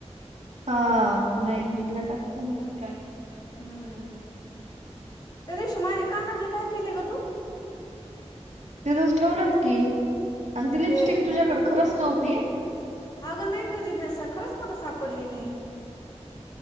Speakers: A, on the right (about 85°); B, on the left (about 35°).
A: हा. नाही इथला टाकतो ना. काय?
B: हम्म. त्या दिवशी माझे कानातले काय केले गं तू?
A: तिथंच ठेवलेत की, आन ती लिपस्टिक
B: ते
A: तुझ्याकडे खरंच नव्हती.
B: अगं नाही गं जिज्ञेशा खरंच मला सापडली नाही.